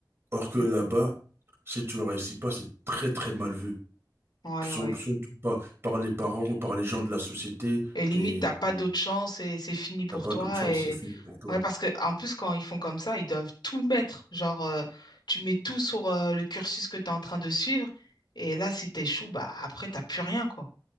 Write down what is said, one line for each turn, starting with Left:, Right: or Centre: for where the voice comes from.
Right: Or que
Left: Mm,
Right: là-bas, si tu ne réussis pas, c'est très très mal vu.
Left: ouais,
Right: Sur-
Left: ouais.
Right: Surtout pas par les parents ou par les gens de la société.
Left: Et limite,
Right: T'es,
Left: t'as pas
Right: t'es-
Left: d'autre chance et c'est fini pour
Right: t'as pas
Left: toi.
Right: d'autre chance,
Left: Et
Right: c'est fini pour toi.
Left: ouais, parce que en plus, quand ils font comme ça, ils doivent tout mettre. Genre, euh, tu mets tout sur euh, le cursus que tu es en train de suivre. Et là, si t'échoues, bah après, t'as plus rien, quoi.